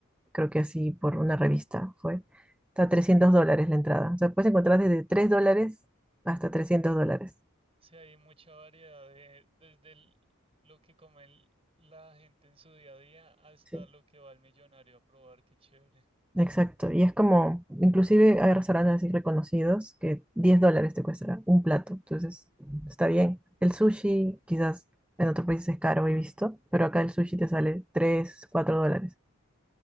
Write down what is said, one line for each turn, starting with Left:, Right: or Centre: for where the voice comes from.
Centre: creo que así por una revista fue, está
Right: Sí.
Centre: 300 dólares la entrada. O sea, puedes encontrar desde 3 dólares hasta 300 dólares.
Right: Sí, hay mucha variedad de, desde el- lo que come el- la gente en su día a día hasta
Centre: Sí.
Right: lo que va el millonario a probar, qué chévere.
Centre: Exacto, y es como, inclusive hay restaurantes así reconocidos que 10 dólares te cuesta un plato, entonces está bien. El sushi quizás en otros países es caro, he visto, pero acá el sushi te sale 3, 4 dólares.